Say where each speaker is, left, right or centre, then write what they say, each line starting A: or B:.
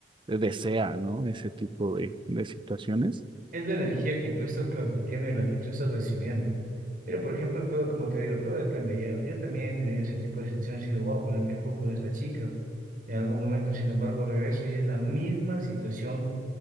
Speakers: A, on the right; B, on the right.
A: desea, ¿no? Ese tipo de, de situaciones.
B: es la energía que tú estás transmitiendo y la que tú estás recibiendo. Pero, por ejemplo, todo, como te digo, todo depende. Ya, yo también he tenido ese tipo de situaciones y digo, wow, conecté full con esta chica. En algún momento, sin embargo, regreso y es la misma situación